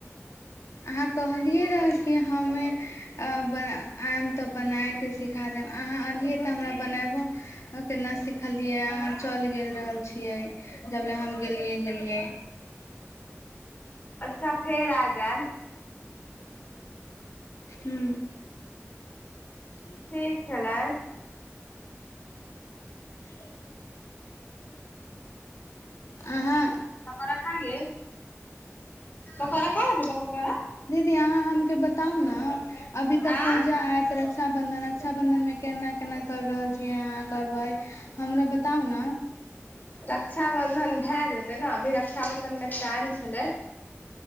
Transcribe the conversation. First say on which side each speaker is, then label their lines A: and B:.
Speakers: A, on the left; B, on the left.
A: अहाँ कहलि रहऽ कि हमे ब आयब तऽ बनाए सिखा देब अहाँ एलै त हमरा बनाब के न सिखा कहलियै अहाँ चल गेल रहल छियै जब ले हम गेलियै गेलियै
B: अच्छा फेर आ जायब
A: हुँ ह
B: ठीक छलै
A: <inaudible> अहाँ
B: पकोरा खायके पकोरा खाय पप्पा त रे
A: दीदी यहाँ हम के बताउ ने अभी तऽ
B: आँ
A: पूजा आयत रक्षा बंधन रक्षा बंधन मे केना केना कर रहल छियै अहाँ करबै हमरो बताउ ने
B: रक्षाबन्धन भए जेतै ने अभी रक्षाबन्धनमे टाइम छलै